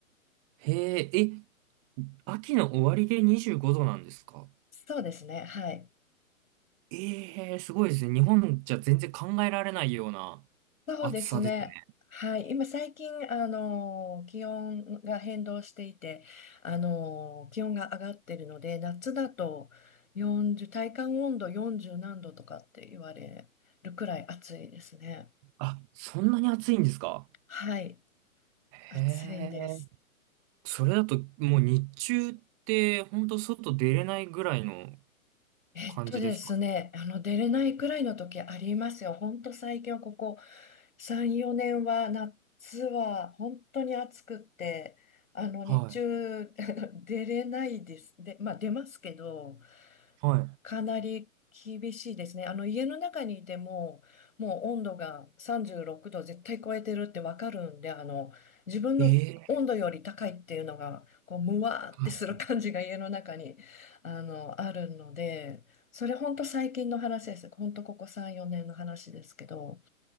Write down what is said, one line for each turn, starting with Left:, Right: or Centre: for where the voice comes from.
Right: へえ、え、秋の終わりで25度なんですか
Left: そうですね、はい。
Right: ええー、すごいですね。日本じゃ全然考えられないような
Left: そうですね、
Right: 暑さですね。
Left: はい。今、最近、あの、気温が変動していて、あの、気温が上がってるので、夏だと40、体感温度40何度とかって言われるくらい暑いですね。
Right: あ、そんなに暑いんですか
Left: はい、
Right: へえ。
Left: 暑いです。
Right: それだともう日中って本当外出れないぐらいの
Left: えっとですね、
Right: 感じですか
Left: あの出れないくらいの時ありますよ。ほんと最近はここ3、4年は夏は本当に暑くって、あの日中
Right: はい。
Left: <laughs> 出れないです。で、まあ出ますけど、
Right: は
Left: かなり厳しいですね。あの家の中にいても、もう温度が36度絶対超えてるってわかるんで、あの自分の温度より高いっていうのが、
Right: い。ええ
Left: こうむわーってする感じが
Right: は
Left: <laughs> 家の中にあのあるので、それ本当最近の話です。本当ここ3、4年の話ですけど、